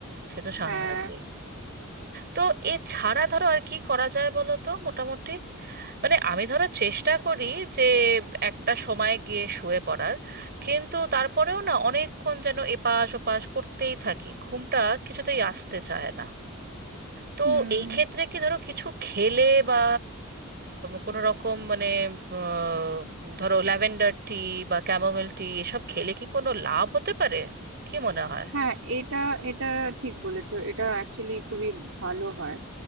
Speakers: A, on the right; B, on the right.
A: সে তো সাংঘাতিক
B: হ্যাঁ
A: তো এছাড়া ধরো আর কি করা যায় বলো তো মোটামুটি মানে আমি ধরো চেষ্টা করি যে একটা সময় গিয়ে শুয়ে পড়ার কিন্তু তারপরেও না অনেকক্ষণ যেন এপাশ ওপাশ করতেই থাকি ঘুমটা কিছুতেই আসতে চায় না তো
B: উম
A: এই ক্ষেত্রে কি ধরো কিছু খেলে বা কোনো রকম মানে আহ, ধরো ল্যাভেন্ডার টি বা ক্যামোমেল টি এসব খেলে কি কোনো লাভ হতে পারে কি মনে হয়
B: হ্যাঁ এটা এটা ঠিক বলেছো এটা অ্যাকচুয়ালি খুবই ভালো হয়